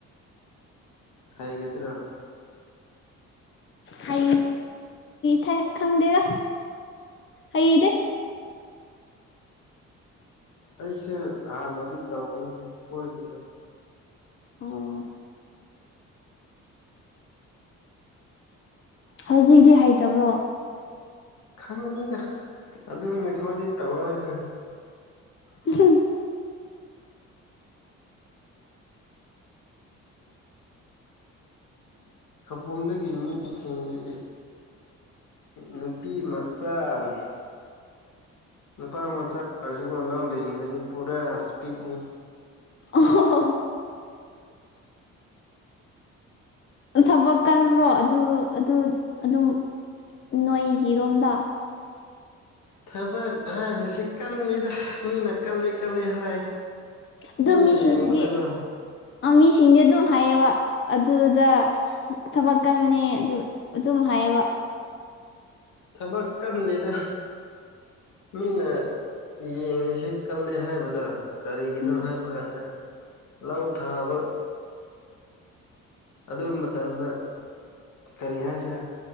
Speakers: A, on the left; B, on the left.
A: ꯍꯥꯏꯒꯗ꯭ꯔꯣ
B: ꯍ ꯊ ꯈꯪꯗꯦꯔ ꯍꯩꯗꯦ
A: ꯑꯩꯁꯨ ꯍꯥꯟꯅꯗꯤ ꯇꯧꯅꯤꯗ ꯀꯣꯏꯕꯗꯣ
B: ꯑꯣ ꯍꯧꯖꯤꯛꯗꯤ ꯍꯩꯇꯔꯣ
A: ꯈꯪꯉꯅꯤꯗ ꯑꯗꯨꯝꯅꯤꯈꯣꯏꯗꯤ ꯇꯧꯔꯣꯏꯅꯦ
B: ꯎꯝ
A: ꯈꯕꯨꯝꯗꯒꯤ ꯃꯤꯁꯤꯡꯗꯤ ꯅꯨꯄꯤꯃꯆꯥꯆꯥ ꯅꯨꯄꯥ ꯃꯆꯥ ꯑꯣꯏꯔꯁꯨꯒꯣ ꯂꯧ ꯂꯤꯡꯅꯤꯡꯕꯗꯤ ꯄꯨꯔꯥ ꯏꯁꯄꯤꯠꯅꯤ
B: ꯑꯣ ꯊꯕꯛ ꯀꯟꯕ꯭ꯔꯣ ꯑꯗꯨ ꯑꯗꯨ ꯑꯗꯨꯝ ꯅꯣꯏꯒꯤꯔꯣꯝꯗ
A: ꯊꯕꯛ ꯍꯥꯏꯕꯁꯤ ꯀꯜꯂꯤꯗ ꯃꯤꯅ ꯀꯜꯂꯤ ꯀꯜꯂꯤ ꯍꯥꯏ
B: ꯑꯗꯨꯃꯤ
A: ꯑꯩꯅ
B: ꯁꯤꯗꯤ
A: ꯌꯦꯡꯕꯗꯀꯣ
B: ꯃꯤꯁꯤꯡꯗꯤ ꯑꯗꯨꯝ ꯍꯥꯏꯌꯦꯕ ꯑꯗꯨꯗ ꯊꯕꯛꯀꯃꯅꯦ ꯑꯗꯨ ꯑꯗꯨꯝ ꯍꯥꯏꯌꯦꯕ
A: ꯊꯕꯛ ꯀꯟꯗꯦꯗ ꯃꯤꯅ ꯌꯦꯡꯉꯤꯁꯦ ꯀꯜꯂꯦ ꯍꯥꯏꯕꯗ ꯀꯔꯤꯒꯤꯅꯣ
B: ꯎꯝ
A: ꯍꯥꯏꯕ ꯀꯥꯟꯗ ꯂꯧ ꯊꯥꯕ ꯑꯗꯨ ꯃꯇꯝꯗ ꯀꯔꯤ ꯍꯥꯏꯁꯤꯔ